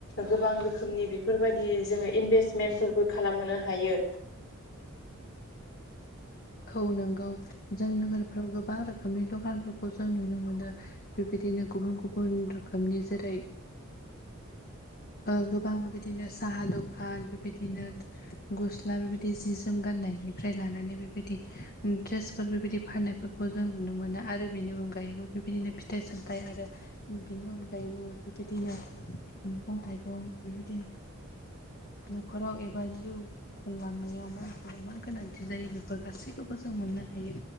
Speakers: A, on the left (about 60°); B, on the left (about 45°).
A: गोबां रोखोमनि बेफोरबायदि जोङो इनभेस्मेन्टफोरबो खालामनो हायो।
B: औ नोंगौ जों नोगोरफ्राव गोबां रोखोमनि दखानफोरखौ जों नुनो मोनो बेबायदिनो गुबुन गुबुन रोखोमनि जेरै ओं गोबां बेबायदिनो साहा दखान बेबायदिनो गस्ला बेबायदि जि जोम गान्नायनिफ्राय लानानै बे बिदि उम द्रेसफोर बेबायदि फाननायफोरखौ जों नुनो मोनो आरो बेनि अनगायैबो बेबायदिनो फिथाइ सामथाइ आरो बेनि अनगायैबो बेबायदिनो मैगं थाइगं बेबायदि न'खराव एबा जिउ खुंलांनायाव मानसिया मा गोनांथि जायो बेफोर गासैखौबो जों मोननो हायो